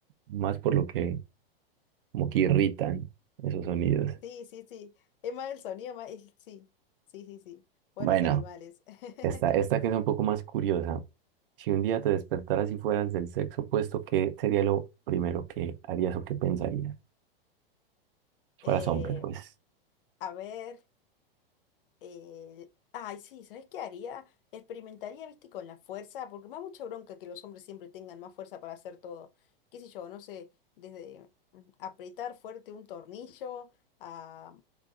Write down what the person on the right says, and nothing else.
más por lo que como que irritan esos sonidos.
Bueno.
Esta, esta que es un poco más curiosa. Si un día te despertaras y fueras del sexo opuesto, ¿qué sería lo primero que harías o qué pensarías? Si
fueras hombre, pues.